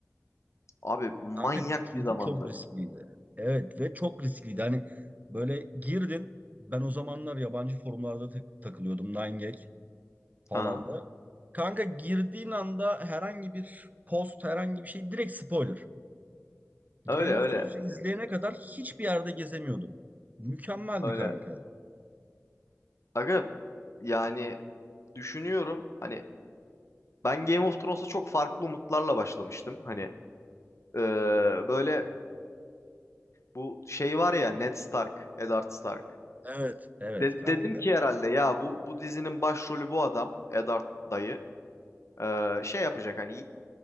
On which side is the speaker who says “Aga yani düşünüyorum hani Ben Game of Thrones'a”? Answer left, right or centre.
Left